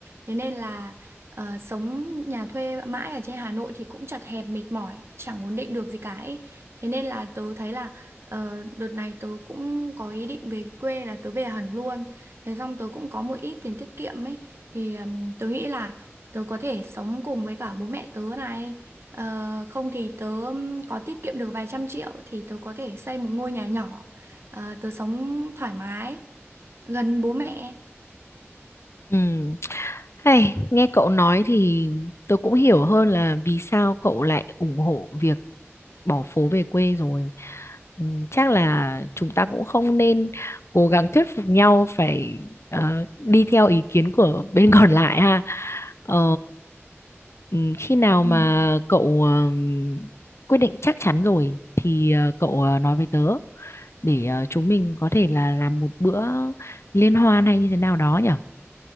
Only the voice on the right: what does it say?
thế nên là ờ, sống nhà thuê mãi ở trên Hà Nội thì cũng chật hẹp mệt mỏi chẳng ổn định được gì cả ấy thế nên là tớ thấy là ờ, đợt này tớ cũng có ý định về quê là tớ về hẳn luôn thế xong tớ cũng có một ít tiền tiết kiệm ấy thì ừm, tớ nghĩ là tớ có thể sống cùng với cả bố mẹ tớ này Ờ, không thì tớ có tiết kiệm được vài trăm triệu thì tớ có thể xây một ngôi nhà nhỏ Ờ, tớ sống thoải mái gần bố mẹ
Ừ.